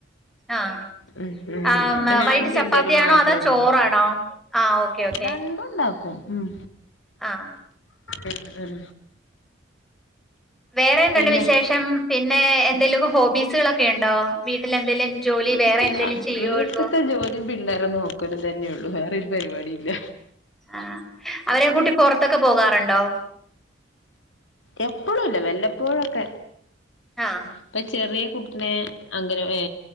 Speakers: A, in the centre; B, on the left.
A: ആഹ്
B: ഉം ഉം
A: ആഹ്
B: ഇപ്പ ഞാനും
A: വൈകിട്ട്
B: പിള്ളേരും
A: ചപ്പാത്തിയാണോ
B: മാത്രേ
A: അതോ
B: ഒള്ളൂ
A: ചോറാണോ ആഹ് ഓക്കെ ഓക്കെ
B: രണ്ടുംണ്ടാവു <inaudible> ഉം
A: ആഹ്
B: ഉം ഉം
A: വേറെ എന്ത്ണ്ട്
B: പിന്നെ
A: വിശേഷം പിന്നെ എന്തെലുമക്ക ഹോബീസ്കളൊക്കെ ഉണ്ടോ വീട്ടിൽ എന്തെലും ജോലി
B: ഇല്ല
A: വേറെ എന്തെലും ചെയ്യോ
B: വീട്ടത്തെ
A: എടുക്കോ
B: ജോലി പിള്ളേരെ നോക്ക തന്നെയള്ളു വേറെ ഒരു പരിപാടി ഇല്ല
A: ആഹ് അവര കൂട്ടി പൊറത്തൊക്കെ പോകാറുണ്ടോ
B: എപ്പളുല്ല വല്ല എപ്പോളൊക്കെ
A: ആഹ്
B: ഇപ്പ ചെറ്യേ കുട്ടിനെ അങ്ങനെ ഏ